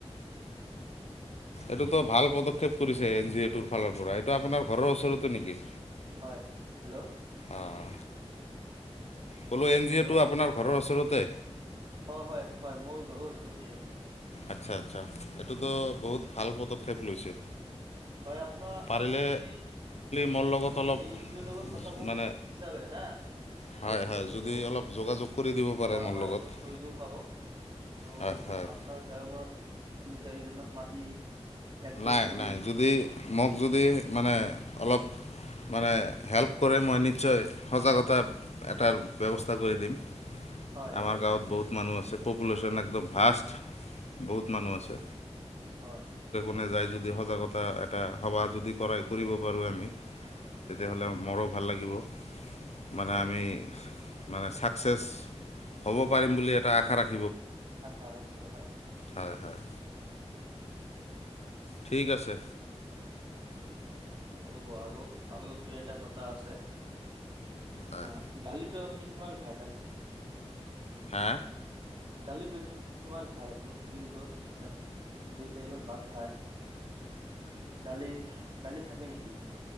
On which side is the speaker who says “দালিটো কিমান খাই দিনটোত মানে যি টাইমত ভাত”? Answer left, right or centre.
Right